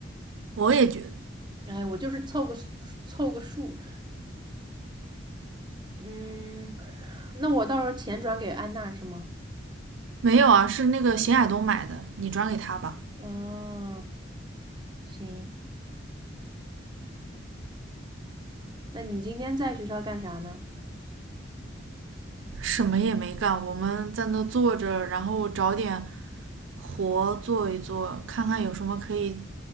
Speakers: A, on the right; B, on the right.
A: 我也觉得
B: 哎，我就是凑个数凑个数，嗯，那我到时候钱转给安娜是吗？
A: 没有啊，是那个邢亚东买的，你转给他吧。
B: 嗯，行，那你今天在学校干啥呢？
A: 什么也没干，我们在那坐着，然后找点活做一做，看看有什么可以